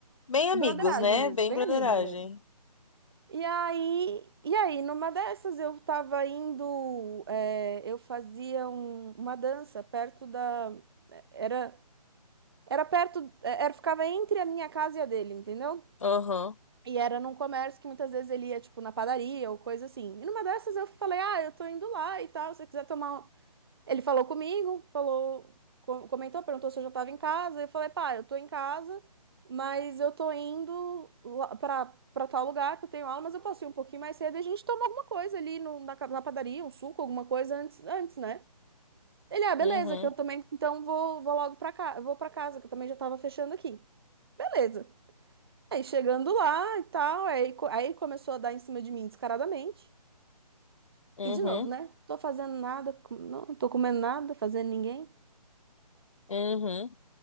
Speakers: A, on the left (about 50°); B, on the right (about 35°).
A: Bem amigos,
B: broderagem
A: né?
B: mesmo,
A: Bem
B: bem
A: brotheragem.
B: amigos mesmo. E aí, e aí, numa dessas eu tava indo, é, eu fazia um- uma dança perto da, eh, era era perto, é, era, ficava entre a minha casa e a dele, entendeu?
A: Aham.
B: E era num comércio que muitas vezes ele ia, tipo, na padaria ou coisa assim. E numa dessas eu falei, ah, eu tô indo lá e tal, se você quiser tomar. um-" Ele falou comigo, falou, co- comentou, perguntou se eu já tava em casa. Eu falei, pá, eu tô em casa, mas eu tô indo lá pra, pra tal lugar que eu tenho aula, mas eu posso ir um pouquinho mais cedo e a gente toma alguma coisa ali no, na, ca- na padaria, um suco, alguma coisa antes, antes, né? Ele, ah, beleza,
A: Uhum.
B: que eu também, então vou, vou logo pra cá, eu vou pra casa, que eu também já tava fechando aqui. Beleza. Aí chegando lá e tal, aí, co- aí começou a dar em cima de mim descaradamente.
A: Uhum.
B: E de novo, né? Tô fazendo nada, com- não não tô comendo nada, fazendo ninguém.
A: Uhum.